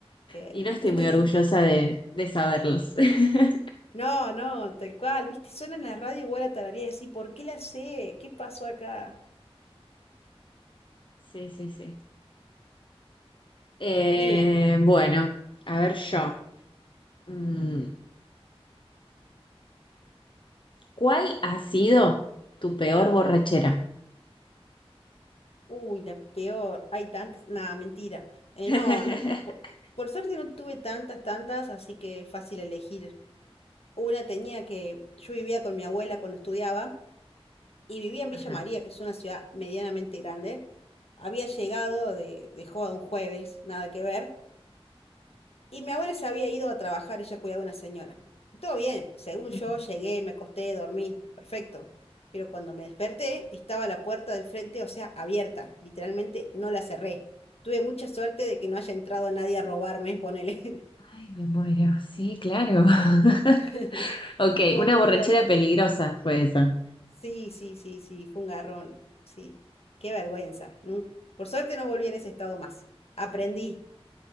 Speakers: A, on the left (about 70°); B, on the left (about 50°).
A: Que...
B: Y no
A: <laughs>
B: estoy muy orgullosa de, de saberlos. <laughs>
A: No, no, tal cual, viste, suena en la radio igual a tararía y decir, ¿por qué la sé? ¿Qué pasó acá?
B: Sí, sí, sí. Eh,
A: Dime.
B: bueno, a ver yo. Mm. ¿Cuál ha sido tu peor borrachera?
A: Uy, la peor, hay tantas, nada, mentira. Eh,
B: <laughs>
A: no, no, po- por, suerte no tuve tantas, tantas, así que fácil elegir. Una tenía que, yo vivía con mi abuela cuando estudiaba y vivía en Villa
B: Ajá.
A: María, que es una ciudad medianamente grande. Había llegado de, de joda un jueves, nada que ver. Y mi abuela se había ido a trabajar, ella cuidaba a una señora. Y todo bien, según yo
B: Ujú.
A: llegué, me acosté, dormí, perfecto. Pero cuando me desperté, estaba la puerta del frente, o sea, abierta. Literalmente no la cerré. Tuve mucha suerte de que no haya entrado nadie a robarme, ponele.
B: Ay, me muero. Sí, claro. <laughs>
A: <laughs>
B: Ok,
A: Fue
B: una
A: muy
B: borrachera
A: loco.
B: peligrosa fue esa.
A: Sí, sí, sí, sí, fue un garrón. Sí, qué vergüenza. Nunca... Por suerte no volví en ese estado más. Aprendí.